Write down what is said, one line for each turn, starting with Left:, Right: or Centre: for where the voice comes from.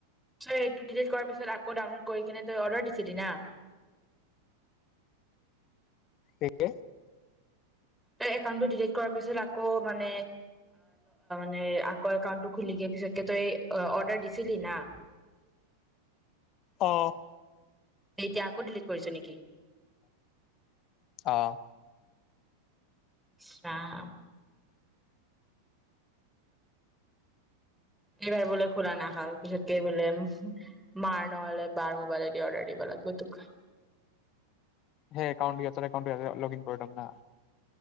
Centre: এইটো ডিলিত কৰা পিছত আকৌ ডাউনলোড কৰি কিনে তই অৰ্ডাৰ দিছলি না।
Left: কি কি?
Centre: তই একাউনটো ডিলিত কৰা পিছত আকৌ মানে মে আকৌ একাটো খুলি পিছত তই অৰ্ডাৰ দিছিলি না।
Left: অ'।
Centre: এতিয়া আকৌ ডিলিট কৰিছ নেকি?
Left: অ'।
Centre: ইচ ৰাম। এইবাৰ বোলে খোলা নাখাল পিছতকে বোলে মাৰ নহলে বাৰ মোবাইলে দি অৰ্ডাৰ দিব লাগিব তোক।
Left: হে একাউণ্ট-একাউণ্ট লগ ইন কৰিলম না।